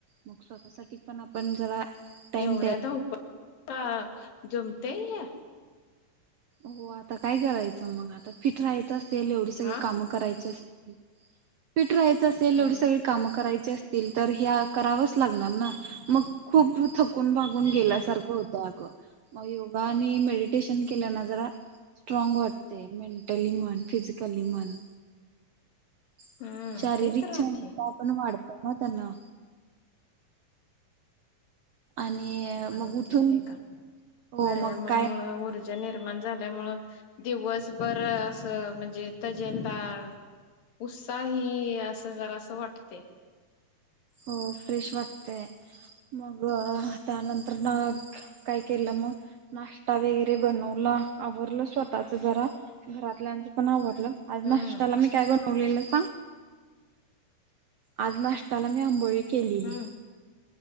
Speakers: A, on the right; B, on the left.
A: मग स्वतः सा पण आपण जरा टाइम
B: एवढ्या
A: द्यायला
B: धावपळी का जमते हे
A: हो आता काय करायचं? मग आता फिट राहायचं असेल एवढी सगळी
B: हा
A: कामं करायची अस <inaudible> फिट राहायचं असेल
B: हो
A: एवढी सगळी कामं करायची अस तर हे करावच लागणार ना मग खूप थकून भागून गेल्यासारखं होतं अगं मग योगा आणि मेड स्टेशन केल्या जरा स्ट्रॉंग वाटत ते मेंटली म्हण, फिजिकली म्हण <inaudible>
B: हम्म
A: शारीरिक
B: ते तर
A: क्षमता
B: आहे
A: आपण वाढत सांगा त्यांना आणि
B: माण
A: मग
B: होते
A: उठून
B: नाही का
A: हो
B: व्यायामामुळे
A: मग काय
B: ऊर्ज निर्माण झाल्या मुळ दिवसभर असं म्हणजे तजेलदार उत्साही असं जरा असं वाटते
A: हो फ्रेश वाटतेय मग त्यानंतर ना काय केलं मग नाष्टा वगैरे बनवलं आवरडलं स्वतःच जरा घरातल्यांचं पण आवरडलं आज
B: हम्म
A: नाष्टयाला मी काय बनवलेल <unintelligible> आज नाष्टाला मी आंबोळी- केलेली-
B: हम्म